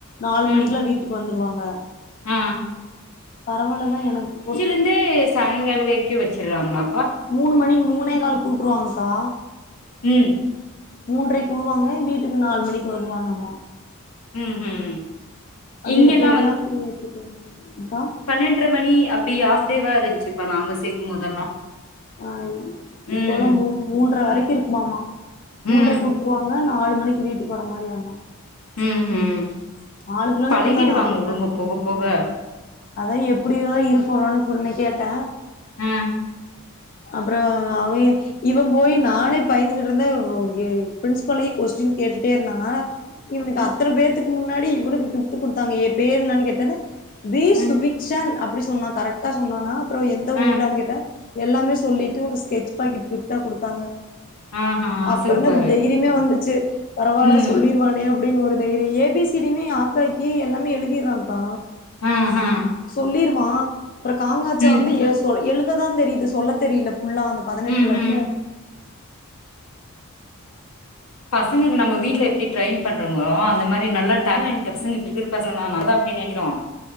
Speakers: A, on the left; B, on the left.
A: நாலு
B: ம்
A: மணிக்கெல்லா வீட்டுக்கு வந்துருவாங்க
B: ஆ
A: பரவால்லதா எனக்கு கொடு
B: இருந்து சாயங்காலோ வரைக்கு வச்சிட்றாங்களா
A: மூணு மணி மூணே காலுக்கு உட்டுருவாங்க்கா
B: ம்
A: மூன்ரைக்கு வுடுவாங்க வீட்டுக்கு நாலு மணிக்கு வருவானாமா
B: ம் ம்
A: அது
B: இங்கெல்லா
A: எப்டி எல்லாத்தையு ஏத்திட்டு வந்து அக்கா
B: பன்னெண்ட்ரை மணி அப்டி ஆஃப் டேவா இருன்ச்சுப்பா நாங்க சேக்கும் போதெல்லா
A: ஆ இப்போல்லா
B: ம்
A: மூ மூன்ரை வரைக்கு இருக்குமாமா மூன்ரைக்கு
B: ம்
A: உட் ருவாங்க நாலு மணிக்கு வீட்டுக்கு வர மாறியாமா
B: ம் ம்
A: நாலு கிலோமீட்டர்
B: பழகிடுவாங்க
A: தானா அரை மண்
B: உடுங்க
A: நேரத்துக்கு உங்களுக்கெல்லா
B: போக போக
A: அத்தா எப்படியோதா இருப்பனோன்னு சொல்லி கேட்டே
B: ம்
A: அப்றோ அவ ஏ இவன் போயி நானே பயந்துகிட்டுயிருந்த பிரின்ஸ்பாலயே கொஸ்டின் கேட்டுட்டேயிருந்தா னா இவனுக்கு அத்தன பேத்துக்கு முன்னாடி இவனுக்கு கிஃப்ட் குடுத்தாங்க என் பேரு என்னான்னு கேட்டன்னா பி
B: ம்
A: சுபிக்க்ஷன் அப்டி சொன்னா கரெக் டா சொன்னானா அப்றோ எந்த
B: ஆ
A: ஊருடான்னு கேட்டா எல்லாமே சொல்லிட்டு ஒரு ஸ்கெட்ச் பாக்கேட் கிஃப்ட்டா குடுத்தாங்க
B: ஆஹா
A: அப்றோதா
B: சூப்பரு
A: தைரியமே வந்துச்சு பரவால்ல
B: ம்
A: சொல்லிருவானே அப் ப்டின்னு ஒரு தைரியோ ஏ பி சி டியுமே அ கா இ கி யே எல்லாமே எழுதிட்றா க்கா
B: அ அ
A: சொல்லிருவா அப்புறோ காங்காட்சா
B: ம்
A: வந்து எ சோ எழுததா தெரியுது சொல்ல தெரில ஃபுல்லா அந்த பதினெட்டு
B: ம்
A: லட்று
B: ம் பசங்களுக்கு நம்ப வீட்ல எப்டி ட்ரேயின் பண்றங்களோ அந்த மாறி நல்லா டேலண்ட் பசங்க இப்ப இருக்கற பசங்க எல்லா நம்மதா அப்டி நெனைக்கறோ